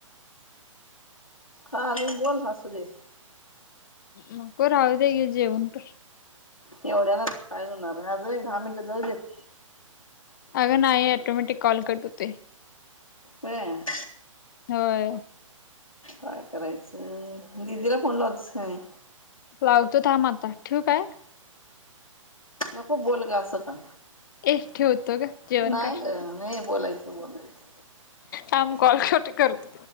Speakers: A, on the left; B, on the left.
A: चालल, बोल, असू दे
B: नको, राहू दे, ये जेवण कर.
A: एवढ्या न त काय होणार हाय, अजून एक दहा मिनिट, जाऊ देत
B: अगं नाही, ऑटोमॅटिक कॉल कट होतोय.
A: व्हय
B: व्हय
A: काय करायचं, दीदीला फोन लावतीस क नाय?
B: लावतो, थांब आता, ठेवू काय?
A: नको, बोल गं, असं का
B: ए, ठेवतो गं, जेवण
A: नाही
B: कर
A: ग नाही बोलायचं बोलायचं.
B: थांब, कॉल कट करतो.